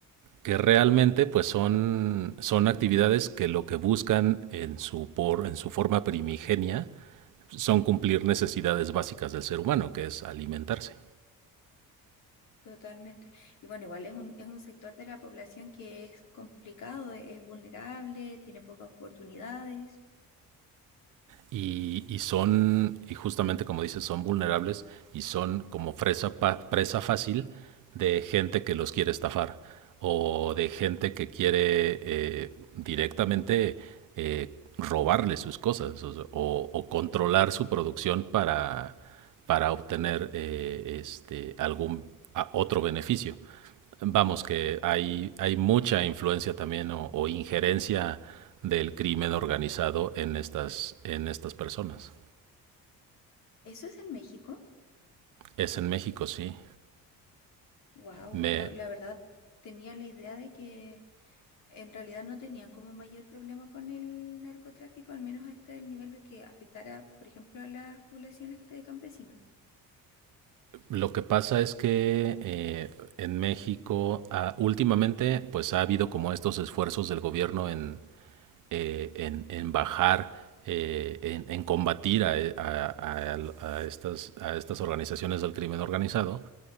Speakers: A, on the right (about 65°); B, on the left (about 70°).
A: que realmente pues son, son actividades que lo que buscan en su, por, en su forma primigenia son cumplir necesidades básicas del ser humano, que es alimentarse.
B: totalmente. Y bueno, igual es un, es un sector de la población que es complicado, es vulnerable, tiene pocas oportunidades.
A: y, y son, y justamente como dices, son vulnerables y son como presa, pa- presa fácil de gente que los quiere estafar o de gente que quiere eh, directamente eh, robarle sus cosas o, o- o controlar su producción para, para obtener eh, este, algún a- otro beneficio. Vamos, que hay, hay mucha influencia también o, o injerencia del crimen organizado en estas, en estas personas.
B: ¿Eso es en México?
A: Es en México, sí.
B: Wow,
A: Me,
B: yo la verdad tenía la idea de que en realidad no tenían como mayor problema con el narcotráfico, al menos hasta el nivel de que afectara, por ejemplo, a las poblaciones de campesinos.
A: lo que pasa es que eh, en México ah, últimamente pues ha habido como estos esfuerzos del gobierno en, eh, en, en bajar, eh, en, en combatir a, a- a- a estas, a estas organizaciones del crimen organizado